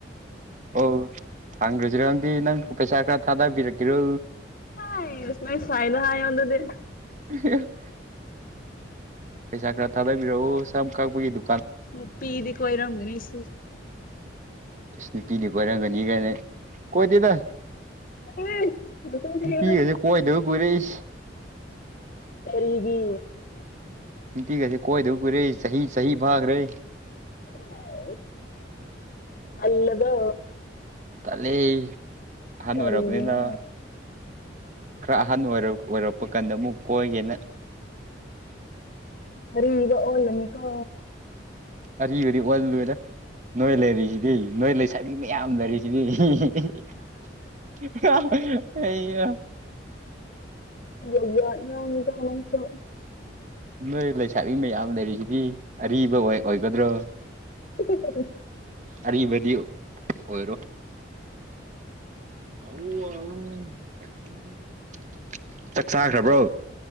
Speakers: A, on the right; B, on the left.
A: ꯑꯣ ꯍꯪꯒ꯭ꯔꯁꯤꯔꯣ ꯈꯪꯗꯦ ꯅꯪ ꯄꯩꯁꯥ ꯈꯔ ꯊꯥꯗꯕꯤꯔꯛꯀꯦꯔꯣ
B: ꯍꯥꯏ ꯏꯁ ꯅꯣꯏꯁꯥꯏꯗ ꯍꯥꯏꯌꯣꯗꯨꯗꯤ
A: <unintelligible> ꯄꯩꯁꯥ ꯈꯔ ꯊꯥꯗꯕꯤꯔꯛꯑꯣ ꯁꯝ ꯀꯛꯄꯒꯤꯗꯨ
B: ꯅꯨꯄꯤꯗꯤ ꯀꯣꯏꯔꯝꯒꯅꯤ <unintelligible>
A: ꯏꯁ ꯅꯨꯄꯤꯗꯤ ꯀꯣꯏꯔꯝꯒꯅꯤ ꯀꯥꯏꯅꯦ ꯀꯣꯏꯗꯦꯗ
B: ꯃꯆꯤꯟ ꯊꯤꯒꯅꯨ
A: ꯅꯨꯄꯤꯒꯁꯦ ꯀꯣꯏꯗꯕ ꯀꯨꯏꯔꯦ ꯏꯁ
B: ꯀꯔꯤꯒꯤ
A: ꯅꯨꯄꯤꯒꯁꯦ ꯀꯣꯏꯗꯕ ꯀꯨꯏꯔꯦ ꯆꯍꯤ ꯆꯍꯤ ꯐꯥꯈ꯭ꯔꯦ
B: <unintelligible> ꯇꯜꯂꯥꯕꯣ
A: ꯇꯜꯂꯦ ꯑꯍꯜ
B: ꯀꯔꯤꯒꯤꯅꯣ
A: ꯑꯣꯏꯔꯕꯅꯤꯅ ꯈꯔ ꯑꯍꯟ ꯑꯣꯏ ꯑꯣꯏꯔꯛꯄ ꯀꯥꯟꯗ ꯑꯃꯨꯛ ꯀꯣꯏꯒꯦꯅ
B: ꯑꯔꯤꯕ ꯑꯣꯜꯂꯅꯤ ꯀꯣ
A: ꯑꯔꯤꯕꯗꯤ ꯑꯣꯜꯂꯣꯏꯗ ꯅꯣꯏ ꯂꯩꯔꯤꯁꯤꯗꯤ ꯅꯣꯏ ꯂꯩꯁꯥꯕꯤ ꯃꯌꯥꯝ ꯂꯩꯔꯤꯁꯤꯗꯤ <unintelligible>
B: ꯖꯥꯠ ꯖꯥꯠ ꯉꯥꯡꯏꯗ ꯅꯪꯁꯨ
A: ꯅꯣꯏ ꯂꯩꯁꯥꯕꯤ ꯃꯌꯥꯝ ꯂꯩꯔꯤꯁꯤꯗꯤ ꯑꯔꯤꯕ ꯑꯣꯏꯒꯗ꯭ꯔꯣ
B: <unintelligible> <inaudible>
A: ꯑꯔꯤꯕꯗꯤ ꯑꯣꯏꯔꯣꯏ <unintelligible> <inaudible> ꯆꯥꯛ ꯆꯥꯈ꯭ꯔꯕ꯭ꯔꯣ